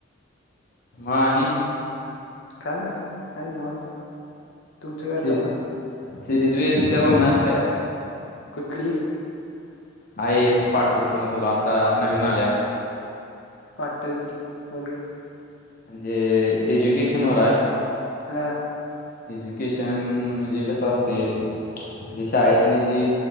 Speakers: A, on the left; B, on the left.
A: मग आणि
B: काय नाही आहे निवांत तुमच काय
A: सिरी
B: चाल.
A: सिरीज विरीज काय बघणार आहेस काय?
B: कुठली?
A: आहे एक पाठव तू म तुला आत्ता नवीन आल्या.
B: पाठव की बघूया.
A: जे एजुकेशन वर आहे.
B: हम्.
A: एज्युकेशन म्हणजे कसं असते. जे शाळेत नि जी